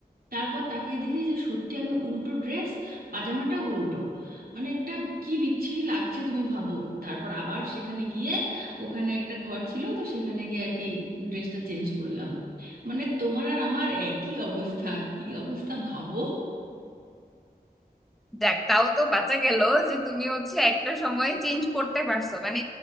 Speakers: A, on the right; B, in the centre.
A: তারপর তাকে দেখি যে সত্যি আমি উল্টো ড্রেস পাজামাটা উল্টো মানে একটা কি বিচ্ছিরি লাগছে তুমি ভাবো তারপর আবার সেখানে গিয়ে ওখানে একটা ঘর ছিল তো সেখানে গিয়ে আর কি ড্রেসটা চেঞ্জ করলাম মানে তোমার আর আমার একই অবস্থা কি অবস্থা ভাবো
B: দেখ তাও তো বাঁচা গেল যে তুমি হচ্ছে একটা সময় চেঞ্জ করতে পারছো মানে